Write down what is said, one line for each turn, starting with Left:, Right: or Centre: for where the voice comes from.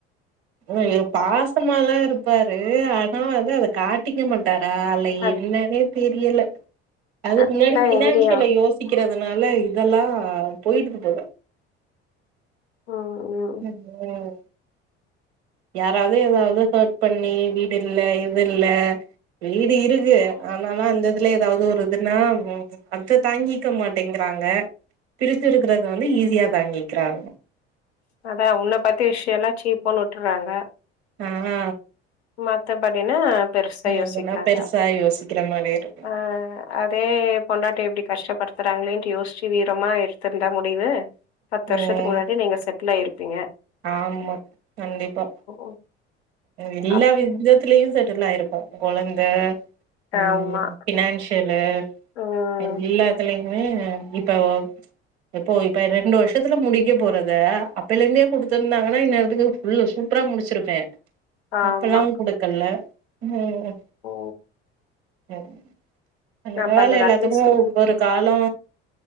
Right: ம் இரு பாசமாலா இருப்பாரு ஆனா வந்து அத கா ட்டிக்க மாட்டாரா இல்ல
Left: அது
Right: என்னான்னே தெரியல அதுக்கு
Left: அதுதான்
Right: முன்னாடி ஃபினான்சியல
Left: எங்கேயும்
Right: யோஸ் டிக்கிறதுனால இதெல்லா போய்டுது போல
Left: ம் ம்
Right: ம் யாராவது எதாவது ஹேட் பண்ணி வீடு இல்ல இது இல்ல வீடு இருக்கு ஆனாலா அந்த இதுல ஏதாவது ஒரு இதுன்னா அத்த தாங்கிக்க மாட்டேங்றாங்க பிரிஞ்சி இருக்கறத வந்து ஈஸியா தாங்கிக்கிறா அவ
Left: அதா உன்ன பத்தி விஷ்யல்லா சீப்போன்னு வுட்டறாங்க
Right: ஆ
Left: மத்தபடினா பெருசா யோசிக்கிறாங்க
Right: இதுனா பெருசா யோசிக்கிற மாரி இருக்கு
Left: ஆ அதே பொண்டாட்டிய இப்டி கஷ்டப்படுத்துறாங்களேன்ட்டு யோசிச்சி வீரமா எடுத்திருந்தா முடிவு பத்து வருஷத்துக்கு
Right: ம்
Left: முன்னாடி நீங்க செட்டிலாயிருப்பீங்க
Right: ஆமா கண்டிப்பா
Left: ம்
Right: எல்லா
Left: அப்
Right: விதத்திலியு செட்டில் ஆயிருப்போ கொழந்த ம்
Left: ஆமா
Right: பினான்சியலு
Left: ம்
Right: எல்லாத்தலயுமே இப்போ இப்போ இப்ப ரெண்டு வருஷத்துல முடிக்க போறத அப்பய்லந்தே குடுத்துருந்தாங்கனா இந்நேரத்துக்கு இல்ல சூப்ரா முடிச்சிருப்பே
Left: ஆமா
Right: அப்பெல்லா குடுக்கல ம்
Left: ஓ
Right: சேரி ஒரு
Left: பண்றது
Right: வேல எல்லாத்துக்கு
Left: அட்லீஸ்ட்
Right: ஒரு காலோ